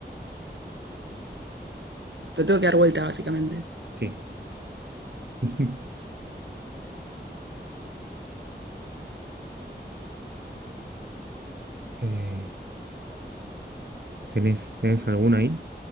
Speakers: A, on the right; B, on the right.
A: Lo tengo que dar vuelta, básicamente.
B: sí. <laughs> Eh, ¿tenés, tenés alguna ahí?